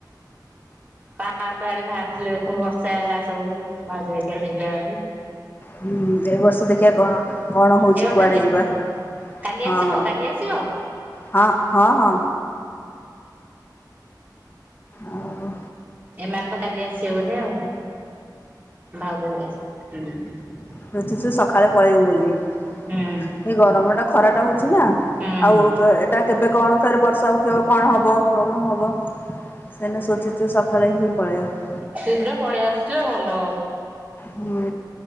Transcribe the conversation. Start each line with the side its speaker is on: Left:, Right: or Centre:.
Right: ପାର୍କ ଆଡେ ଭାଆରିଥିଲେ ଦେଖୁନୁ ବର ର୍ଷା ହେଲା ସବୁ ଭାଉଜ ହାରିକା <unintelligible>
Left: ହୁଁ ଏଇ ବର୍ଷ ଦେଖିଆ କଣ କଣ ହଉଚି
Right: ଏ ବର୍ଷ
Left: କୁଆଡେ ଯିବା।
Right: କାଲି
Left: ହଁ
Right: ଆସିବ
Left: ହଁ।
Right: କାଲି ଆସିବ।
Left: ହଁ, ହଁ ହଁ। ଆଉ
Right: ଏମାନେ ତ କାଲି ଆସିବେ ବୋଧେ ଆଉ। ଭାଉଜ ହେରିୟା ଆସ ହୁଁ।
Left: ଲୁଚୁଛୁ ସଖାଳେ ପଳେଇବୁ ବୋଲି। ଏ
Right: ହୁଁ
Left: ଗରମ ଟା ଖରା ଟା ହଉଛି ନା
Right: ହୁଁ
Left: ଆଉ କେ ଏଟା କେବେ କଣ ଫେର୍ ବର୍ଷା ହ ଥିବ କଣ ହବ ପ୍ରୋବ୍ଲେମ୍ ହବ ସେଇନାଗି ସୋଚିଛୁ ସଖାଳେ ହିଁ ପଳେଇବା।
Right: ଶୀଘ୍ର ପଳେଇ ଆସଛ ଭଲ।
Left: ହୁଁ